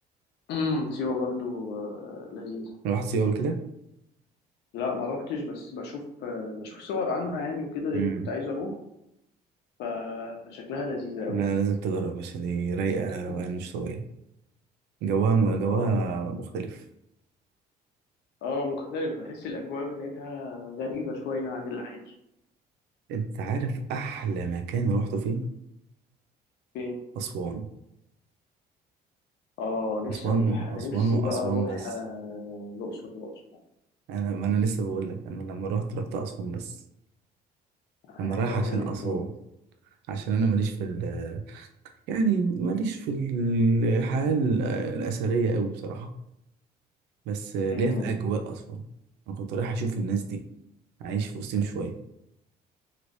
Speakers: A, on the left (about 80°); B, on the right (about 85°).
A: امم سيوة برضه آه، لذيذة
B: رحت سيوة قبل كده؟
A: لا ما روحتش بس بشوف آه، بشوف صور عنها يعني وكده لأن
B: مم.
A: كنت عايز أروح ف... فشكلها لذيذة أوي
B: لا لازم تجرب عشان دي رايقة
A: <laughs>
B: روقان مش طبيعي جواها جواها
A: اه
B: مختلف
A: اه مختلف بحس الأجواء بتاعتها غريبة شوية عن العادي
B: أنت عارف أحلى مكان روحته فين؟
A: فين
B: أسوان
A: اه نفسي
B: أسوان
A: اروح انا
B: أسوان
A: نفسي
B: وأسوان
A: بقى اروح
B: بس
A: آه، الاقصر واسوان
B: انا ما انا لسه بقول لك انا لما رحت رحت اسوان بس انا
A: انا عايز
B: رايح
A: اروح
B: عشان
A: الاثنين
B: اسوان عشان انا ماليش في ال يعني ماليش في الحياه ال- الاثريه قوي بصراحه بس ليا
A: امم
B: في اجواء اسوان انا كنت رايح اشوف الناس دي عايش في وسطهم شويه